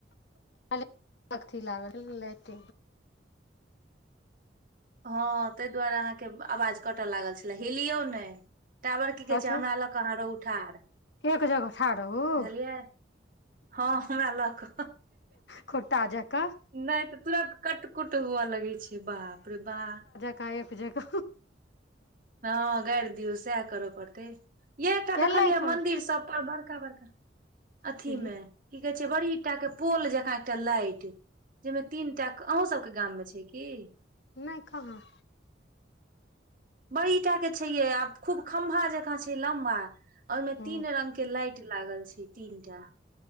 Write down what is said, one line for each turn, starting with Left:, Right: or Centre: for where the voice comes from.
Left: <unintelligible> लागल लेट
Right: हँ तहि दुआरे अहाँके आवाज कटय लागल छलै हिलियौ ने टावर की कहे
Left: अथी
Right: छै हमरा ल के अहाँ रौठ
Left: एक
Right: <unintelligible>
Left: जगह ठाढ़ रहू
Right: बुझलियै हँ हमरा ल क
Left: खुँटा जा का
Right: नय त तुरंत कट कुट हुए लगे छै बाप रे बा
Left: कायके जका
Right: हँ गाइर दियौ सएह कर पड़तै यह एकटा देखलियै
Left: एलै कहाँ
Right: मंदिर सब पर बड़का बड़का अथी
Left: की
Right: मे की कहै छै बड़ीटा के पोल जकाँ एकटा लाइट जहिमे तीन टा अहूं सबके गाम में छै की
Left: नय कहाँ
Right: बड़ी टाक के छैये आब खूब खम्भा जकाँ छै लम्बा ओहिमे
Left: हूँ
Right: तीन रंग के लाइट लागल छै तीनटा